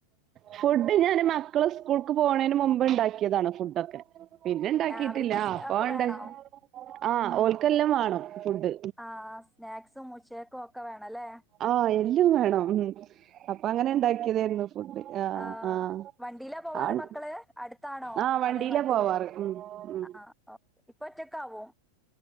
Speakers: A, on the right (about 30°); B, in the centre.
A: ഫുഡ്‌ ഞാൻ മക്കൾ സ്കൂൾക്ക് പോണേന്റെ മുൻപ് ഇണ്ടാക്കിയതാണ് ഫുഡൊക്കെ പിന്നെ ഇണ്ടാക്കീട്ടില്ല
B: ആഹ് അവർക്ക് സ്
A: അപാണ്ട്
B: ഒക്കെ വേണോ?
A: ആ ഓല്ക് അതെല്ലാം വേണം ഫുഡ്
B: ആഹ് സ്നാക്സും ഉച്ചേക്കും ഒക്കെ വേണല്ലേ
A: ആഹ് എല്ലും വേണം ഹ് ഹ് അപ്പങ്ങനെ ഇ ണ്ടാക്കിയേ തേര് ന്നു ഫുഡ് ആഹ്
B: ആ
A: ആഹ്
B: വണ്ടീലാ പോവാറ്
A: ആഹ്
B: മക്കള് അട്ത്താണോ
A: ആഹ് വണ്ടിയിലാ
B: അതെ വണ്ടീല്
A: പോവാറ് ഉം ഉം
B: അഹ ആ ഒ ഇപ്പൊറ്റക്കാവോ